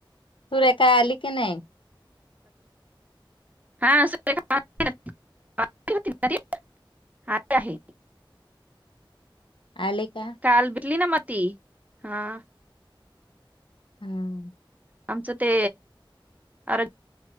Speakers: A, on the left; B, on the right.
A: सुरेखा आली की नाही?
B: हा सुरेखा आली. आली होती घरी, आली आहे.
A: आले का?
B: काल भेटली ना मग ती हा.
A: हम्म.
B: आमचं ते आर